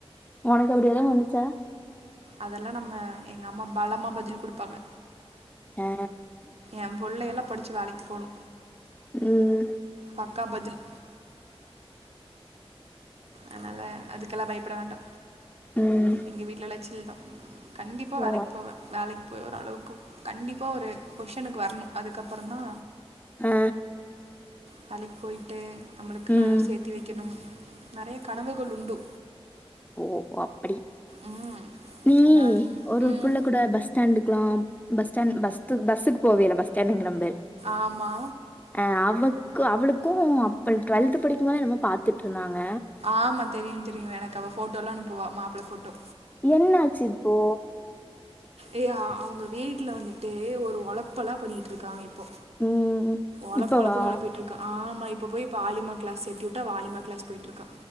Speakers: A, on the left (about 15°); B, on the right (about 75°).
A: உனக்கு அப்டி எதா வந்துச்சா
B: அதெல்லா நம்ம எங்க அம்மா பலமா பதில் குடுப்பாங்க
A: ஏ
B: எம் புள்ளையெல்லா படிச்சி வேலைக் போணு
A: ம்.
B: பக்கா பதில் அனால அதுக்கெல்லா பயப்பட வேண்டா
A: ம்.
B: எங்க வீட்ல எல்லா சில் தா கண்டிப்பா
A: ஓ
B: வேலைக்கு போவே வேலைக் போய் ஓரளவுக்கு கண்டிப்பா ஒரு பொஷ்ஷன்க்கு வரணு அதுக்கப்பறந்தா
A: ஆ
B: வேலைக்கு போயிட்டு நம்மளுக்குன்னு
A: ம்
B: எதோ சேத்தி வெய்க்கணும் நெறைய கனவுகள் உண்டு
A: ஓ அப்டி
B: ம்
A: நீ
B: அதனால
A: ஒரு
B: ம்
A: புள்ள கூட பஸ் ஸ்டாண்டுக்கலாம் பஸ் ஸ்டாண்ட் பஸ்த் பஸ்க்கு போவியல்ல பஸ் ஸாண்ட்ங்கிற பாரு
B: ஆமா
A: அ அவுக் அவுளுக்கு அப்பல் டுவெல்த் படிக்கும்போது என்னமோ பாத்துட்ருந்தாங்க
B: ஆமா தெரியு தெரியு எனக்கு அவ ஃபோட்டோலா அனுப்புவ மாப்புள ஃபோட்டோ
A: என்னாச்சி இப்போ
B: ஏ அவுங்க வீட்ல வந்துட்டு ஒரு ஒழப்பல்லா பண்ணிட்ருக்காங்க இப்போ
A: ம்
B: ஒழப்பு
A: இப்பவா
B: ஒழப்புன்னு ஒழப்பிட்ரு க்கா ஆம்மா இப்போ போய் ஆலிமா க்ளாஸ் சேத்தி உட்டா அவ ஆலிமா க்ளாஸ் போயிட்ருக்கா